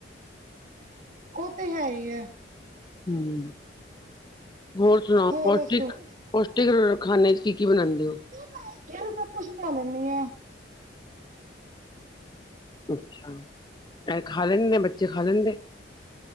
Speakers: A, on the right (about 45°); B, on the left (about 25°).
A: ਉਹ ਤੇ ਹੈ ਹੀ
B: ਹੂੰ, ਹੋਰ ਸੁਣਾਓ
A: ਹੋਰ
B: ਪੌਸ਼ਟਿਕ
A: ਦੱਸੋ ਮੈਂ
B: ਪੌਸ਼ਟਿਕ ਖਾਣੇ ਚ ਕੀ -ਕੀ ਬਣਾਉਂਦੇ ਹੋ
A: ਮੈ ਤੇ ਸਭ ਕੁਛ ਬਣਾ ਲੈਂਦੀ ਆ
B: ਅੱਛਾ ਐ ਖਾ ਲੈਣ ਗਏ, ਬੱਚੇ ਖਾ ਲੈਂਦੇ।